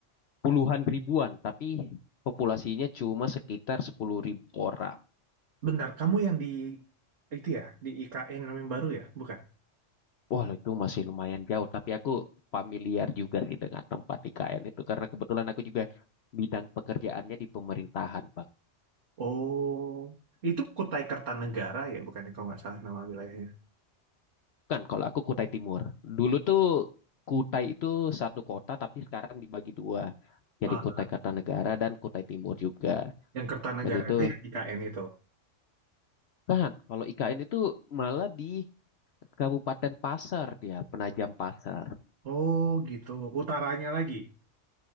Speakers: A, on the left; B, on the right.
A: puluhan ribuan, tapi populasinya cuma sekitar 10.000 ribu orang.
B: Bentar, kamu yang di itu ya, di IKN yang baru ya, bukan?
A: Wah, itu masih lumayan jauh, tapi aku familiar juga sih dengan tempat IKN itu karena kebetulan aku juga bidang pekerjaannya di pemerintahan, Bang.
B: Oh, itu Kutai Kertanegara ya, bukan kalau nggak salah nama wilayahnya.
A: Kan kalau aku Kutai Timur. Dulu tuh Kutai itu satu kota tapi sekarang dibagi dua.
B: Ah,
A: Jadi Kutai Kartanegara dan Kutai Timur juga.
B: yang Kertanegara
A: Dan itu
B: itu yang IKN itu.
A: kan kalau IKN itu malah di Kabupaten Pasar dia, Penajam Pasar.
B: Oh, gitu. Utaranya lagi.